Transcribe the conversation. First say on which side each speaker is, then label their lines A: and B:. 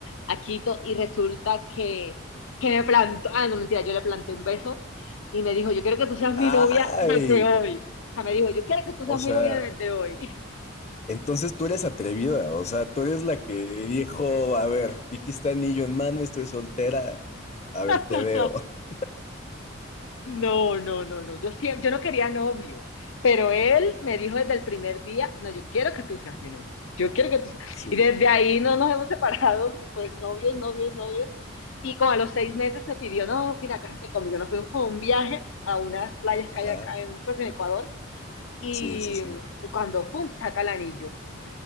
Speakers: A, on the left (about 75°); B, on the left (about 35°).
A: a Quito y resulta que, que me plantó, ah, no mentira, yo le planté un beso y me dijo, yo quiero que tú seas mi
B: Ay,
A: novia desde hoy. O sea, me dijo, yo quiero que tú
B: o
A: seas
B: sea,
A: mi novia desde hoy.
B: entonces tú eres atrevida, o sea, tú eres la que dijo, a ver, dijiste anillo en mano, estoy soltera, a ver,
A: <laughs>
B: te veo. <laughs>
A: No, no, no, no. Yo siempre, yo no quería novio, pero él me dijo desde el primer día, no, yo quiero que tú seas mi novio. Yo quiero que tú seas.
B: Sí.
A: Y desde ahí no nos hemos separado, pues novios, novios, novios. Y como a los seis meses me pidió, no, mira, cásate conmigo. Nos fuimos por un viaje a unas playas que
B: Ajá,
A: hay acá en, pues, en Ecuador. Y,
B: sí, sí, sí.
A: y cuando, pum, saca el anillo.